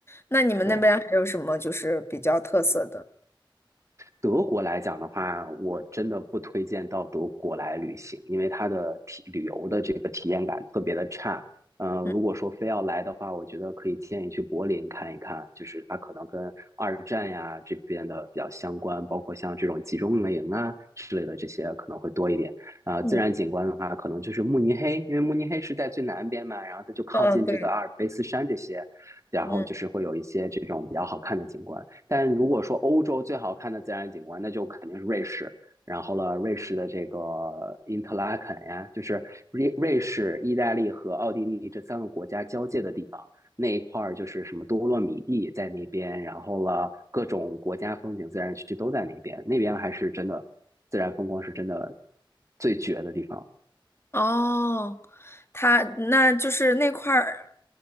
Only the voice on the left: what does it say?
那你们那边还有什么就是比较特色的？
嗯
嗯
嗯，对。
嗯。
哦，它那就是那块儿，